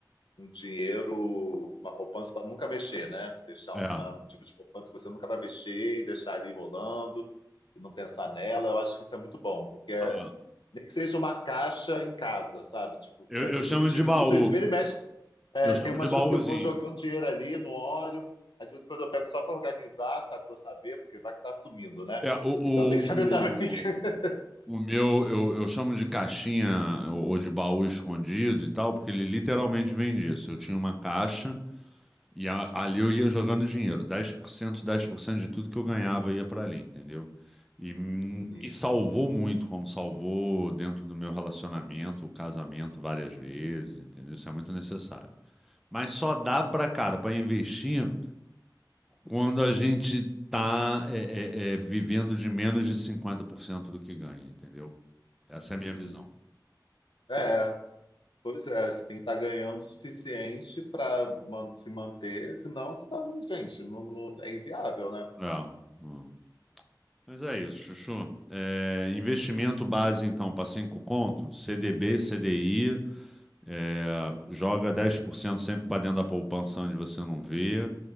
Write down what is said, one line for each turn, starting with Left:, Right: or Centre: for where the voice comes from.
Left: um dinheiro, uma poupança para nunca mexer, né? Deixar
Centre: É.
Left: uma- um tipo de poupança que você nunca vai mexer e deixar ele rolando e não pensar nela. Eu acho que isso é muito bom, porque é-
Centre: Ah,
Left: nem que seja uma caixa em casa, sabe? Tipo,
Centre: Eu,
Left: que a
Centre: eu
Left: gen-
Centre: chamo
Left: eu tive
Centre: de baú.
Left: muito isso. Vira e mexe, é,
Centre: Eu chamo
Left: tem umas
Centre: de baúzinho.
Left: coisas que eu vou jogando dinheiro ali, não olho. Às vezes, quando eu pego só para organizar, sabe? Para eu saber, porque vai que tá sumindo, né?
Centre: É, o,
Left: Então, tem que saber também. <laughs>
Centre: o, o, o meu, eu, eu chamo de caixinha ou ou de baú escondido e tal, porque ele literalmente vem disso. Eu tinha uma caixa. E a- ali eu ia jogando dinheiro, dez dez por cento dez por cento de tudo que eu ganhava ia para ali, entendeu? E me
Left: Uhum,
Centre: salvou muito, como salvou dentro do meu relacionamento, o casamento várias vezes, entendeu? Isso é muito necessário. Mas só dá para, cara, para investir quando a gente tá é, é, é, vivendo de menos de 50% do que ganha, entendeu? Essa
Left: uhum.
Centre: é a minha visão.
Left: É. Pois é, você tem que estar ganhando o suficiente para se manter, senão você tá, gente, não, não- é inviável, né?
Centre: É. hum. Mas é isso, Chuchu. É, investimento base, então, para cinco conto, CDB, CDI, É, joga 10% sempre para dentro da poupança onde você não vê,